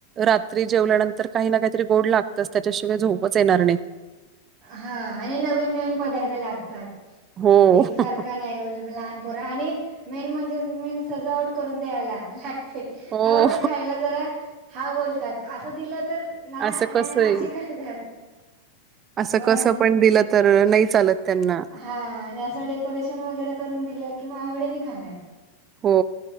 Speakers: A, on the right; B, on the right.
A: रात्री जेवल्यानंतर काही ना काहीतरी गोड लागतच त्याच्याशिवाय झोपच येणार नाही.
B: हा आणि नवीन नवीन पदार्थ लागतात
A: हो
B: एकसारखं का नाही अवलेबल लहान पोर आणि मेन म्हणजे मेन सजावट करून द्यावी ला लागती
A: हो
B: तवा ते खायला जरा हा बोलतात असं दिलं तर ना
A: असं
B: ना
A: कसं आहे
B: असे करतात.
A: असं
B: हो
A: कसं
B: ना
A: पण दिलं तर नाही चालत. त्यांना
B: हा आणि असं डेकोरेशन वगैरे करून दिलं कि मग आवडीने खाणार.
A: हो.